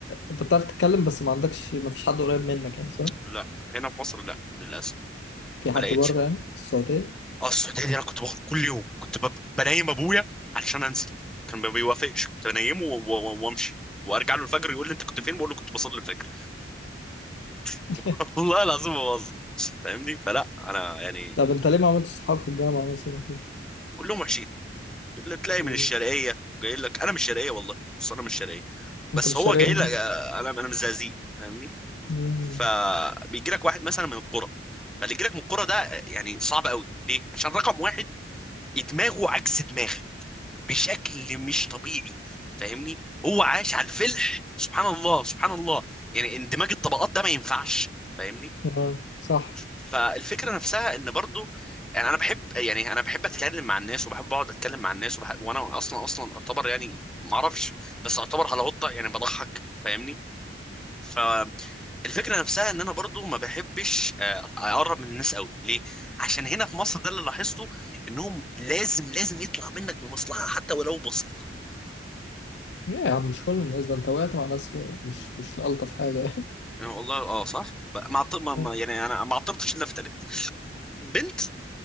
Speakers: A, on the left; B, in the centre.
A: انت بتعرف تتكلم بس ما عندكش ما فيش حد قريب منك يعني صح
B: لا هنا في مصر لا للاسف
A: في
B: ما
A: حد
B: لقيتش
A: بره يعني في السعودية
B: اه السعوديه دي انا كنت بخرج كل يوم كنت ب- بنيم ابويا عشان انزل كان ما بيوافقش كنت بنيمه و- و- وامشي وارجع له الفجر يقول لي انت كنت فين بقول له كنت بصلي الفجر
A: <laughs>
B: <laughs> والله العظيم ما بهزر فاهمني فلا انا يعني
A: طب انت ليه ما عملتش صحاب في الجامعة مثلا وكده؟
B: كلهم وحشين اللي تلاقي
A: مم.
B: من الشرقيه جاي لك انا من الشرقيه والله بص انا من الشرقيه بس
A: انت مش
B: هو
A: شرقية
B: جاي لك
A: مني
B: انا انا من الزقازيق فاهمني
A: مم.
B: فبيجي لك واحد مثلا من القرى فاللي يجي لك من القرى ده يعني صعب قوي ليه عشان رقم واحد دماغه عكس دماغك بشكل مش طبيعي فاهمني هو عاش على الفلح سبحان الله سبحان الله يعني اندماج الطبقات ده ما ينفعش فاهمني
A: اه صح
B: فالفكره نفسها ان برضو يعني انا بحب يعني انا بحب اتكلم مع الناس وبحب اقعد اتكلم مع الناس وبحب وانا اصلا اصلا اعتبر يعني ما اعرفش بس اعتبر هلاوطه يعني بضحك فاهمني ف الفكره نفسها ان انا برضو ما بحبش آه، اقرب من الناس قوي ليه عشان هنا في مصر ده اللي لاحظته انهم لازم لازم يطلع منك بمصلحه حتى ولو بسيطه
A: ليه يا عم مش كل الناس ده انت وقعت مع ناس مش مش الطف حاجه يعني
B: يعني والله اه صح ب- ما عط- ما
A: <laughs>
B: ما- يعني انا ما عطرتش الا في تلات بنت